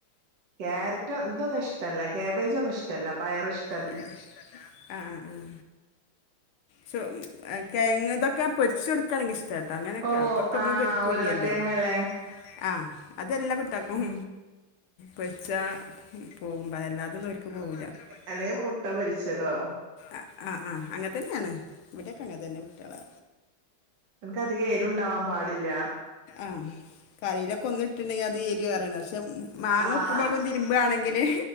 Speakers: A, on the right (about 60°); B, on the left (about 85°).
A: ക്യാരറ്റും ഇതൊന്നുഷ്ടല്ല ക്യാബേജൊന്നുഷ്ടല്ല പയറ്ഷ്
B: പയറ്ഷ്ടല്ല ആഹ് ആഹ്. സു എ കെയങ്തൊക്കെ പൊരിചൊടു ക്കാണെങ്കി ഇഷ്ട്ടാട്ടോ അങ്ങനൊക്കയാ
A: ഓ
B: അത് എപ്പമ്മള്
A: ആഹ്
B: പൊരിക്കൂല്ലല്ലോ
A: ഉരുളക്കിഴങ്ങല്ലേ
B: ആഹ് ഉരുളകിയങ്ങല്ലേ ആഹ് അതെല്ലാം. ഇത്താക്കും
A: ഉം
B: പൊരിച്ചാ പോകും അതല്ലാതൊന്നും ഓൽക്ക് പോവുല്ല അത് മാത്രം മതി.
A: അല്ലെ മുട്ട പൊരിച്ചതോ.
B: അ അ ആഹ് അങ്ങെൻതന്നേണ് ഇവിടൊക്കെ അങ്ങെതന്നെ കുട്ട്യള്.
A: ഓൽകധികം എരുണ്ടാവാൻ പാടില്ല.
B: ആഹ്. കറിലൊക്കൊന്ന് ഇട്ടുണ്ടെങ്കി അത് എരി ഏറേണ് പറയും പക്ഷെ. മാങ്ങ
A: ആഹ്
B: ഉപ്പും മൊളകും തിരുമ്പാണെങ്കില്